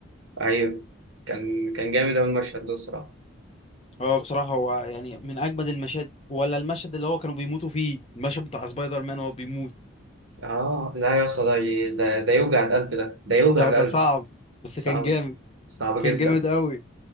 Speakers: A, on the right; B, on the left.
A: ايوه كان كان جامد أوي المشهد ده الصراحه
B: اه بصراحة هو يعني من أجمد المشاهد ولا المشهد اللي هو كانوا بيموتوا فيه المشهد بتاع سبايدر مان وهو بيموت
A: اه لا يا اسطى ده ي- ده ده يوجع القلب ده ده يوجع
B: ده
A: القلب
B: ده صعب بس
A: صعب
B: كان جامد
A: صعب
B: كان
A: جدا
B: جامد قوي